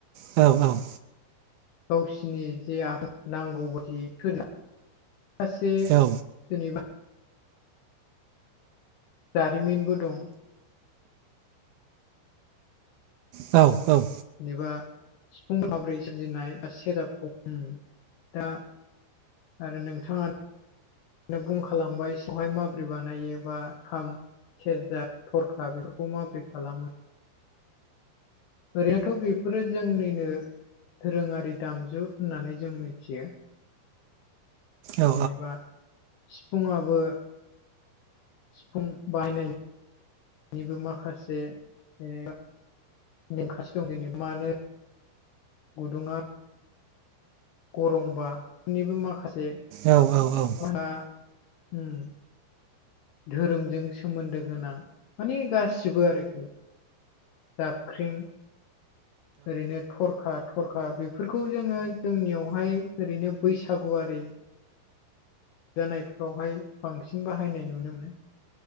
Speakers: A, on the right; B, on the left.
A: औ औ
B: गावसिनि जे आगजु नांगौ बायदि बेफोरखौ माखासे जेनेबा
A: औ
B: जारिमिनबो दं
A: औ औ
B: जेनेबा सिफुं माब्रै सोरजिनाय बा सेरजाखौ दा आरो नोंथाङा नो बुंखालांबाय <unintelligible> हाय माबोरै बानायो बा खाम सेरजा थरखा बेफोरखौ माबोरै खालामो ओरैयाथ' बेफोरो जोंनिनो दोरोङारि दामजु होननानै जों मिथियो
A: औ
B: जेनेबा सिफुुङाबो सिफुं बायनाय बेनिबो माखासे नेंमखानथि दं जेनेबा मानो गुदुंङा गरंबानिबो माखासे
A: औ औ औ
B: <unintelligible> धोरोमजों सोमोन्दो गोनां माने गासिबो आरोखि जाबख्रिं ओरैनो थरखा थरखा बेफोरखौ जोङो जोंनियावहाय ओरैनो बैसागुआरि जानायफ्रावहाय बांसिन बाहायनाय नुनो मोनो